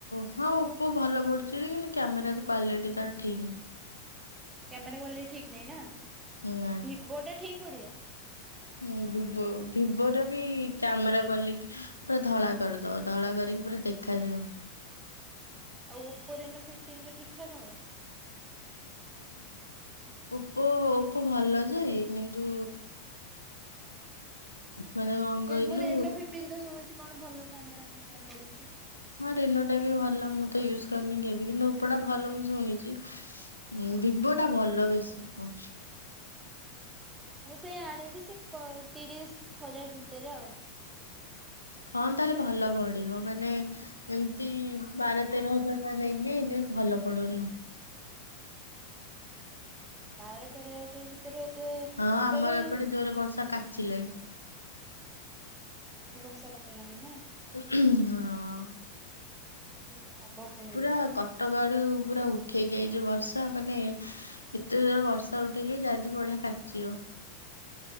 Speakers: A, on the left; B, on the right.
A: ହଁ ଓପୋ ଭଲ ପଡୁଛି କିନ୍ତୁ କ୍ୟାମେରା କ୍ଵାଲିଟି ତାର
B: କ୍ୟାମେରା
A: ଠିକ ନାହିଁ
B: କ୍ଵାଲିଟି ଠିକ ନାହିଁ ନା
A: ନା
B: ଭିଭୋ ଟା ଠିକ ପଡିବ?
A: ହଁ ଭିବୋ ଭିବୋ ଟା ବି କ୍ୟାମେରା କ୍ଵାଲିଟି ପୁରା ଧଳା କରିଦବ ଧଳା କରିକି ପୁରା ଦେଖା ଯିବନି।
B: ଆଉ ଓପୋରେନୋ ଫଫ୍ଟିନ୍ଟା ଠିକ ଠାକ୍ ହବ।
A: ଓପୋ ଓପୋ ଭଲ ଯେ କିନ୍ତୁ ମାନେ କଣ କହିଲୁ
B: ମୁଁ ରେନୋ ଫିଫ୍ଟିନ୍ ତ ଶୁଣୁଛି କଣ ଭଲ କ୍ୟାମେରା ଫ୍ୟାମେରା ପଡୁଛି।
A: ହଁ ରେନୋ ଟା ବି ଭଲ ମୁଁ ତ ୟୁଜ କରିନି କେବେ କିନ୍ତୁ ଉପଟା ଭଲ ମୁଁ ଶୁଣିଛି। ଉଁ
B: ହୁଁ।
A: ଭିବୋ ଟା ଭଲ ବେଶୀ କ
B: ମୁଁ ସେଇ ଆଣିବି ସେ ତିରିଶ ହଜାର ଭିତରେ ଆଉ।
A: ହଁ ତାହେଲେ ଭଲ ପଡିବ ମାନେ ଏମିତି ବାର ତେର ହଜାର ନେଇକି ହେଲେ ଭଲ ପଡୁନି।
B: ବାର ତେର ହଜାର ଭିତରେ ଏତେ ଭିତରେ
A: ହଁ ଆମର ଏପଟେ ଜୋରେ ବର୍ଷା କାଚିଲାଣି।
B: ବର୍ଷା ପକେଇଲାଣି ନା?
A: ହଁ
B: <unintelligible>
A: ପୁରା
B: ଆଉ
A: କଟକ ଆଡୁ ପୁରା ଉଠେଇ ଆଇଛି ବର୍ଷା ମାନେ ଏତେ ଜୋରେ ବର୍ଷା ଉଠେଇକି ଆଜି ବଢିଆ କାଚିବ।